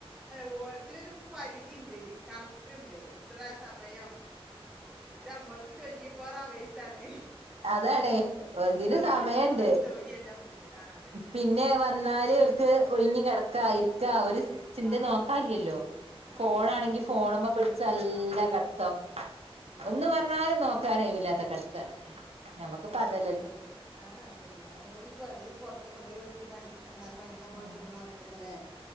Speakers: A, in the centre; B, on the right.
A: കോളതിരു പരിധിയണ്ട് കണക്കുണ്ട് എത്ര സമയം ഇതമ്മളത് ട്വന്റി ഫോർ അവേർസാണ്
B: അതണേ ഒതിന് സമയുണ്ട്
A: മണിക്കൂറും ജോലിയല്ല നമ്മളത് ആ അതന്നെ
B: പിന്നെ വന്നാല് അവർക്ക് ഒഴിഞ്ഞ കിടക്കാ ഇരിക്കാ ഒരു ചിന്ത
A: ആ ആ
B: നോക്കാല്ലല്ലോ
A: അതെ ആ
B: ഫോൺ
A: ഇല്ല ഇല്ല
B: ആണെങ്കി
A: അല്ല
B: ഫോണമ്മ
A: ഈ പെ-
B: പിടിച്ചല്ലാ
A: ആ
B: കടത്തം
A: ഉം, ഉം,
B: ഒന്ന്
A: അതന്നെ
B: പറഞ്ഞാലും നോക്കാനേ ഇല്ലാത്ത കടുത്താണ്നെ നമ്മുക്കിപ്പ അത
A: അത ആ അതന്നെ അ ഈ പുറത്തൊക്കെ പോയിണ എന്താ പഴിക്കാൻ പോ
B: ആഹ്
A: പ ക്കല്ലേ